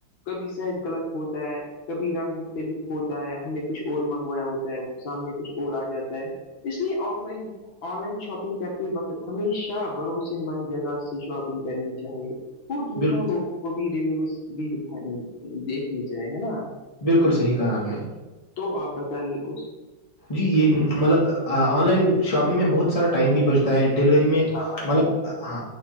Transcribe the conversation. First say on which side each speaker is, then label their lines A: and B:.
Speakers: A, on the left (about 75°); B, on the left (about 15°).
A: کبھی صحت غلط ہوتا ہے کبھی رنگ مختلف ہوتا ہے ہم نے کچھ اور منگوایا ہوتا ہے سامنے کچھ اور آ جاتا ہے اس لیے offline online shopping کرتے وقت ہمیشہ بھروسے مند جگہ سے شاپنگ کرنی چاہیے وہ دوسروں
B: بالکل
A: لوگوں کو بھی ریویو بھی دکھ دیکھنے چاہی ہے نا
B: بالکل صحیح کہا آپ نے
A: تو آپ بتائیے کچھ
B: جی یہ مطلب آن لائن شاپنگ میں بہت سارا ٹائم بھی بچتا ہے ڈیلیوری میں
A: ہاں بھائی
B: مطلب
A: جان
B: ہاں